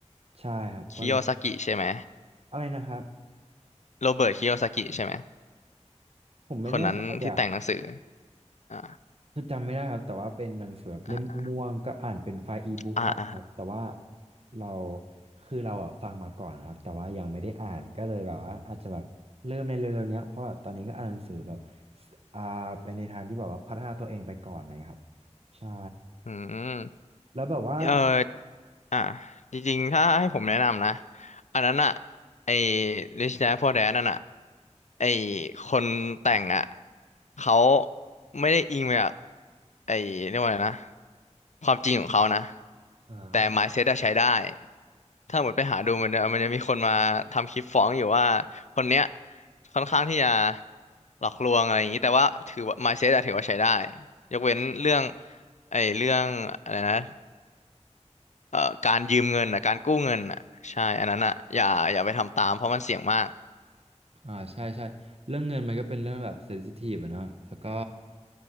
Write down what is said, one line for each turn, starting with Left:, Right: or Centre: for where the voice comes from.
Right: ใช่ครับว่าโร
Left: คิโยซากิใช่ไหม
Right: อะไรนะครับ
Left: โรเบิร์ตคิโยซากิใช่ไหม
Right: ผมไม่แน่ใจอ่ะ
Left: คนนั้นที่แต่งหนังสืออ่า
Right: คือจำไม่ได้ครับแต่ว่าเป็นหนังสือแบบเล่มม่วงๆก็อ่านเป็นไฟล์อีบุ๊กอ่ะครับแต่ว่า
Left: อ่าอ่าอ่า
Right: เราคือเราอ่ะฟังมาก่อนครับแต่ว่ายังไม่ได้อ่านก็เลยแบบว่าอาจจะแบบเริ่มในเร็วๆเนี้ยเพราะแบบตอนนี้ก็อ่านหนังสือแบบสอ่าเป็นในทางที่แบบว่าพัฒนาตัวเองไปก่อนอะไรอยครับใช่
Left: อืม
Right: แล้วแบบว่า
Left: เออ อ่ะจริงๆถ้าให้ผมแนะนำนะอันนั้นอ่ะไอ้ Rich Dad Poor Dad นั่นอ่ะไอ้คนแต่งอ่ะเขาไม่ได้อิงมาจากไอ้เรียกว่าอะไรนะความจริงของเขานะ
Right: อ่า
Left: แต่ mindset อะใช้ได้ถ้าหมดไปหาดูมันจะมันจะมีคนมาทำคลิปฟ้องอยู่ว่าคนเนี้ยค่อนข้างที่จะหลอกลวงอะไรอย่างนี้แต่ว่าถือว่า mindset อะถือว่าใช้ได้ยกเว้นเรื่องไอ้เรื่องอะไรนะ เอ่อการยืมเงินอ่ะการกู้เงินอ่ะใช่อันนั้นอ่ะอย่าอย่าไปทำตามเพราะมันเสี่ยงมาก
Right: อ่าใช่ใช่เรื่องเงินมันก็เป็นเรื่องแบบเซนซิทีฟอะเนาะแล้วก็